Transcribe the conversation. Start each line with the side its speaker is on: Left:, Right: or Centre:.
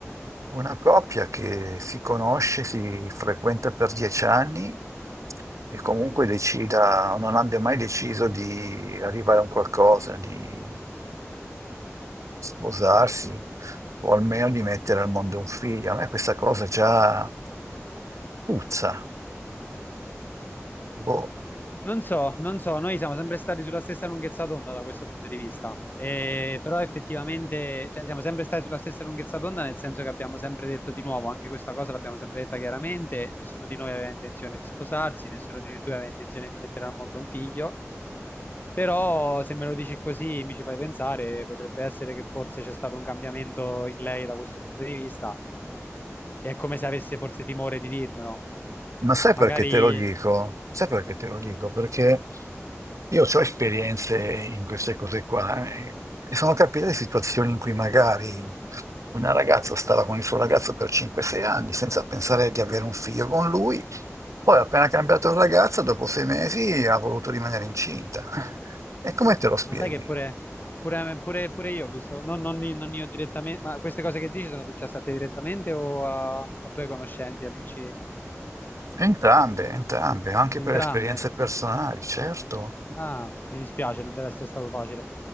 Right: Una coppia che si conosce, si frequenta per dieci anni e comunque decida, non abbia mai deciso di arrivare a un qualcosa, di sposarsi o almeno di mettere al mondo un figlio. A me questa cosa già puzza. Boh.
Left: Non so, non so, noi siamo sempre stati sulla stessa lunghezza d'onda da questo punto di vista, Eh, però effettivamente, cioè, siamo sempre stati sulla stessa lunghezza d'onda nel senso che abbiamo sempre detto di nuovo, anche questa cosa l'abbiamo sempre detta chiaramente, nessuno di noi aveva intenzione di sposarsi, nessuno di noi due aveva intenzione di mettere al mondo un figlio, però se me lo dici così mi ci fai pensare, potrebbe essere che forse c'è stato un cambiamento in lei da questo punto di vista, è come se avesse forse timore di dirmelo
Right: Ma sai
Left: magari
Right: perché te lo dico? Sai perché te lo dico? Perché Io ho esperienze in queste cose qua eh, e sono capite situazioni in cui magari una ragazza stava con il suo ragazzo per 5-6 anni senza pensare di avere un figlio con lui, poi appena cambiato ragazza, dopo sei mesi ha voluto rimanere incinta. <laughs> E come te lo spieghi?
Left: Ma sai che pure, pure- pure- pure io ho visto, no, non, non io direttamente, ma queste cose che dici sono successe a te direttamente o a, a tuoi conoscenti, amici?
Right: Entrambe, entrambe, anche
Left: Entrambe?
Right: per esperienze personali, certo.
Left: Ah, mi dispiace, non deve essere stato facile.